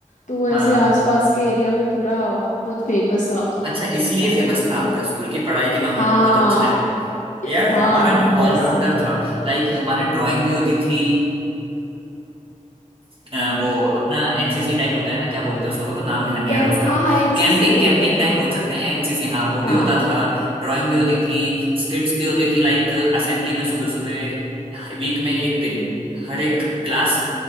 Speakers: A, on the left (about 70°); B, on the right (about 45°).
A: तो वो ऐसे
B: हाँ
A: आसपास के एरिया में पूरा बहुत फेमस था
B: अच्छा इसलिए
A: ऐसे
B: फेमस था आपका स्कूल की पढ़ाई के मामले
A: हाँ
B: में बहुत अच्छा है
A: <laughs>
B: यार
A: हाँ
B: हमारा ना
A: बस
B: ऑलराउंडर था लाइक हमारे ड्राइंग भी होती थी अ, वो अपना एनसीसी टाइप होता है ना क्या बोलते हैं उसको मेरे को नाम ध्यान नहीं
A: कैंप
B: आ रहा उसका
A: हाँ हाँ एनसीसी
B: कैंपिंग
A: बोलते
B: कैंपिंग
A: हैं
B: टाइप
A: हाँ
B: बोल सकते हैं एनसीसी हाँ वो
A: हाँ
B: भी होता था ड्राइंग भी होती थी स्किट्स भी होती थी लाइक असेंबली में सुबह सुबह वीक में एक दिन हर एक क्लास